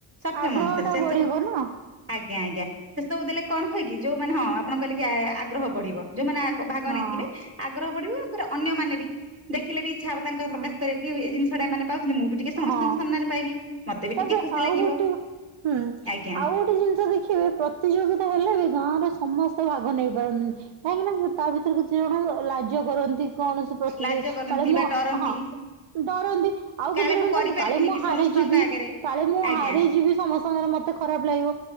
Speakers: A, on the right; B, on the right.
A: ସକ୍ଷମ
B: ଆଗ୍ରହ
A: ଅନୁସାରେ
B: ଟା
A: ସେ
B: ବଢିବ
A: ସବୁ
B: ନା
A: ଆଗ ଆଜ୍ଞା ଆଜ୍ଞା ସେ ସବୁ ଦେଲେ କଣ ହୁଏ କି ଯୋଉମାନେ ହଁ ଆପଣ କହିଲେ କି ଆଗ୍ରହ ବଢିବ ଯୋଉମାନେ ଆ ଭାଗ
B: ହଁ
A: ନେଇଥିବେ ଆଗ୍ରହ ବଢିବ ତାପରେ ଅନ୍ୟମାନେ ବି ଦେଖିଲେ ବି ଇଚ୍ଛା ହବ ତାଙ୍କର
B: ହଁ
A: ପ୍ରକାଶ କରିବାକୁ କି ଏଇ ଜିନିଷ ଛଡ ମାନେ ପାଉଛନ୍ତି, ମୁଁ ବି ଟିକେ ସମସ୍ତଙ୍କ
B: ହଁ
A: ସାମ୍ନାରେ ପାଇବି, ମତେ ବି
B: ତାପରେ
A: ଟିକେ ଖୁସି
B: ଆଉ
A: ଲାଗିବ।
B: ଗୋଟେ ହୁଁ
A: ଆଜ୍ଞା
B: ଆଉ ଗୋଟେ ଜିନିଷ ଦେଖିବେ ପ୍ରତିଯୋଗି ହେଲେ ବି ଗାଁର ସମସ୍ତେ ଭାଗ ନେଇ ପାରନ୍ତିନି, କାହିଁକି ନା ତା ଭିତରେ କିଛି ଜଣ ଲାଜ କରନ୍ତି। କୌଣସି ପ୍ରତିଯୋଗୀତା
A: ଲାଜ କରନ୍ତି
B: କହଲେ ମୁଁ
A: ବା ଡରନ୍ତି
B: ହଁ ଡରନ୍ତି, ଆଉ ଜଣେ
A: କାଳେ
B: ଜଣେ
A: ମୁଁ
B: କହନ୍ତି
A: କରିପାରିବିନି
B: କାଳେ ମୁଁ
A: କି
B: ହାରିଯିବି
A: ସମସ୍ତଙ୍କ ଆଗରେ
B: କାଳେ ମୁଁ
A: ଆଜ୍ଞା
B: ହାରି ଯିବି ସମସ୍ତଙ୍କ ଆଗରେ ମତେ ଖରାପ ଲାଗିବ।